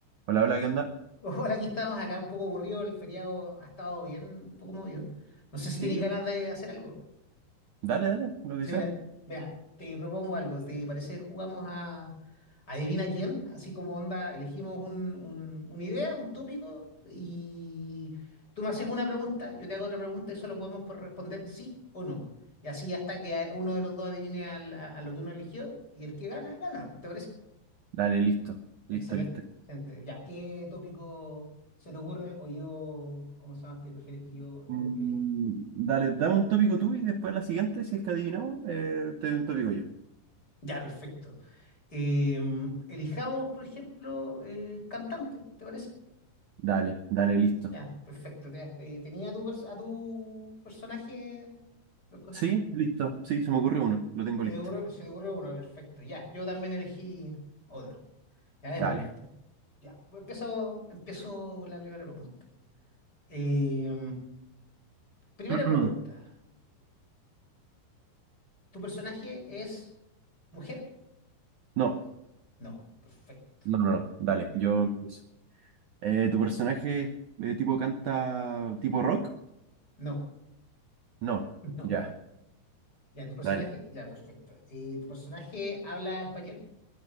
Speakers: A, on the right; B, on the left.
A: Hola, hola, ¿qué onda?
B: Hola, aquí estamos acá un poco aburrido, el feriado ha estado bien, un poco movido. No sé
A: Sí,
B: si tenéis ganas de hacer algo.
A: dale, dale, lo que
B: Sí,
A: sea.
B: mira, mira, te propongo algo, ¿te parece? Jugamos a Adivina quién, así como onda, elegimos un, un- una idea, un tópico, y tú me haces una pregunta, yo te hago otra pregunta y solo podemos por responder sí o no. Y así hasta que a- uno de los dos adivine al- a, a lo que uno eligió, y el que gana, gana. ¿Te parece?
A: Dale, listo, listo,
B: Excelente,
A: listo.
B: excelente. Ya, ¿qué tópico se te ocurre o yo, cómo se llama, te prefieres que yo, yo,
A: Mm,
B: yo elija?
A: Dale, dame un tópico tú y después la siguiente, si es que adivinamos, eh, te doy un tópico yo.
B: Ya, perfecto. Eh, elijamos, por ejemplo, eh, cantante, ¿te parece?
A: Dale, dale, listo.
B: Ya, perfecto. Te, te- tenía a tu, pers- a tu personaje, ¿lo escogiste?
A: Sí, listo, sí, se me ocurre uno, lo tengo
B: Se
A: listo.
B: te ocurrió, se te ocurrió uno, perfecto. Ya, yo también elegí otro. Ya, démosle
A: Dale.
B: este. Ya, pues empiezo, empiezo con la primera pregunta. Eh, primera
A: <clears throat>
B: pregunta. ¿Tu personaje es mujer?
A: No,
B: No, perfecto.
A: no, no, no, dale,
B: Ya.
A: yo empiezo. Eh, ¿tu personaje es, eh, tipo canta tipo rock?
B: No,
A: No,
B: <laughs> no.
A: ya,
B: Ya, tu personaje,
A: dale.
B: ya, perfecto. ¿Y tu personaje habla español?